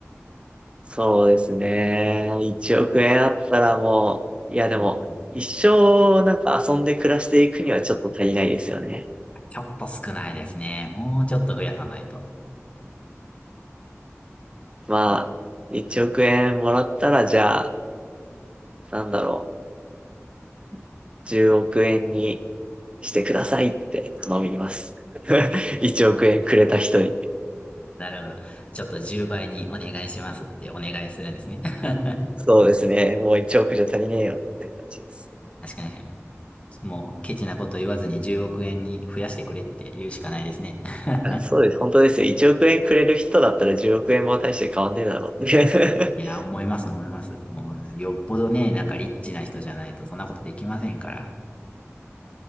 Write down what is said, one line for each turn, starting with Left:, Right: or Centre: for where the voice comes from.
Right: そうですね。1億円あったらもう、いやでも、
Left: うん、
Right: 一生なんか遊んで暮らしていくにはちょっと足りないですよね。
Left: ちょっと少ないですね。もうちょっと増やさないと。
Right: まあ、
Left: ね
Right: 1億円もらったらじゃあ、なんだろう、10億円にしてくださいって頼みます。<laughs> 1億円くれた人に。
Left: なるほど。ちょっと10倍にお願いしますってお願いするんですね。<laughs>
Right: そうですね。もう1億じゃ足りねえよって感じです。
Left: 確かに。もうケチなこと言わずに10億円に増やしてくれって言うしかないですね。<laughs>
Right: あ、そうです。本当ですよ。1億円くれる人だったら10億円も大して変わんねえだろうって。
Left: いや、
Right: <laughs>
Left: 思います思います。もうよっぽどね、なんかリッチな人じゃないとそんなことできませんから。